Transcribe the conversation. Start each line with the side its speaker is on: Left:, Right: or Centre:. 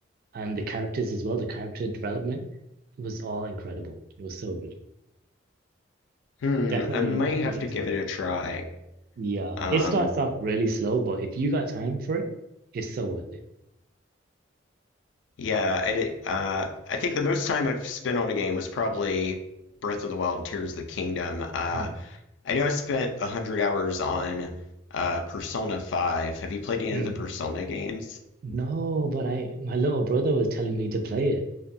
Right: and the characters as well, the character development it was all incredible. It was so good.
Left: Hmm,
Right: Definitely,
Left: I might
Right: if
Left: have
Right: you got
Left: to
Right: time.
Left: give it a try.
Right: Yeah,
Left: Um,
Right: it starts off really slow, but if you got time for it, it's so worth it.
Left: Yeah, I did, uh, I think the most time I've spent on a game was probably Breath of the Wild and Tears of the Kingdom. Uh,
Right: Mm,
Left: I know I spent 100 hours on uh, Persona 5. Have you played any
Right: mm.
Left: of the Persona games?
Right: No, but I my little brother was telling me to play it.